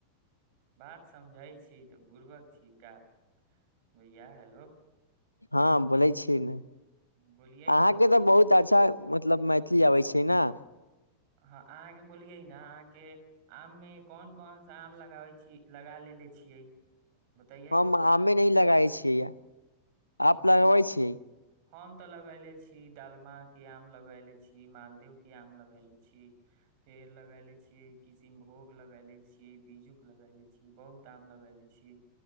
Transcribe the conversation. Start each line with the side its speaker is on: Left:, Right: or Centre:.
Right: बात समझै छिये तऽ बुुरबक छी का भैया हेलो
Left: हँ बोलै छिये नऽ
Right: बोलियै
Left: अहाँकेँ
Right: ने
Left: तऽ
Right: हँ
Left: बहुत अच्छा मतलब मैथिली आबै छै नऽ
Right: हँ अहाँकेँ बोलियै नऽ अहाँकेँ आम मे कोन कोन सा आम लगाबे छी लगा लेले छियै बतैयै
Left: हम
Right: ने
Left: आमे नै लगाबे छियै आप लगबै
Right: ओ
Left: छियै
Right: हम तऽ लगैले छी डालम केँ आम लगैले छी मालदेव केँ आम लगैले छी फेड़ लगैले छियै किसनभोग लगैले छियै बीजू कऽ लगैले छियै बहुत क्ताम लगैले छी